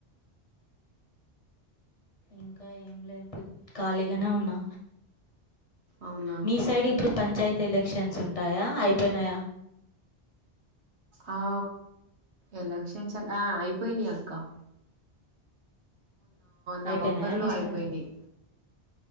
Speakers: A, on the left; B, on the right.
A: ఇంకా ఏం లేదు బు ఖాళీగనే ఉన్నా
B: అవునా
A: మీ సైడ్ ఇప్పుడు పంచాయతీ ఎలక్షన్స్ ఉంటాయా, అయిపోయినయా?
B: ఆ ఎలక్షన్స్ ఆట అయిపోయినయక్క నవంబర్
A: అయిపోయినా
B: లో
A: మీ షైడ్
B: అయిపోయినాయి